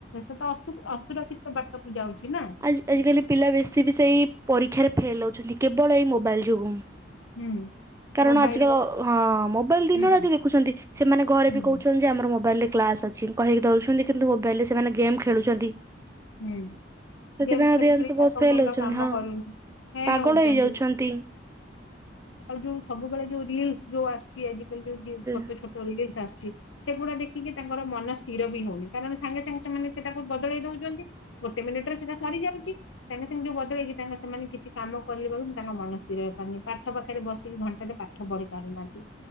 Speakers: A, on the left; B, on the right.
A: ସେ ତ ଅସୁରକ୍ଷିତ ବାଟକୁ ଯାଉଛି ନା।
B: ଆଜି ଆଜିକାଲି ପିଲା ବେଶୀ ବି ସେଇ ପରୀକ୍ଷାରେ ଫେଲ୍ ହେଉଛନ୍ତି କେବଳ ଏଇ ମୋବାଇଲ୍ ଯୋଗୁଁଁ।
A: ହୁଁ
B: କାରଣ
A: ମୋବାଇଲରେ
B: ଆଜିର ହଁ ମୋବାଇଲ ଦିନ
A: ହୁଁ
B: ରାତି ଦେଖୁଛନ୍ତି ସେମାନେ ଘରେ
A: ହୁଁ
B: ବି କହୁଛନ୍ତି ଆମର ମୋବାଇଲ ରେ କ୍ଲାସ ଅଛି କହିକି ଦରୁଉଛନ୍ତି କିନ୍ତୁ ମୋବାଇଲ ରେ ସେମାନେ ଗେମ୍ ଖେଳୁଛନ୍ତି।
A: ହୁଁ।
B: ସେଥିପାଇଁ
A: ଗେମ୍ ଖେଳି
B: ଅଧିକାଂଶ
A: ଖେଳି
B: ବହୁତ
A: ତାଙ୍କ
B: ଫେଲ୍
A: ମୁଣ୍ଡ
B: ହଉଛନ୍ତି
A: କାମ
B: ହଁ
A: କରୁନି ଫେଲ୍
B: ପାଗଳ
A: ହଉଛନ୍ତି।
B: ହେଇଯାଉଛନ୍ତି
A: ଆଉ ଯୋଉ ସବୁବେଳେ ଯୋଉ ରିଲସ ଯୋଉ ଆସୁଛି ଆଜିିକାଲି ଯୋଉ
B: ହଁ
A: ଛୋଟ ଛୋଟ <unintelligible> ସେଗୁଡା ଦେଖିକି ତାଙ୍କର ମନ ସ୍ଥିର ବି ହଉନି କାରଣ ସାଙ୍ଗେ ସାଙ୍ଗେ ସେମାନେ ସେଟାକୁ ବଦଳେଇ ଦଉଛନ୍ତି ଗୋଟେ ମିନିଟ ରେ ସେଟା ସରି ଯାଉଛି। ସାଙ୍ଗେ ସାଙ୍ଗେ ଯୋଉ ବଦଳେଇକି ତାଙ୍କେ ସେମାନେ କିଛି କାମ କଲେ ବେଳ ମୁଁ ତାଙ୍କ ମନ ସ୍ଥିର ହେଇପାରନି ପାଠ ପାଖରେ ବସିକି ଘଣ୍ଟାରେ ପା ଠ ବଢି ପାରୁନାହାନ୍ତି।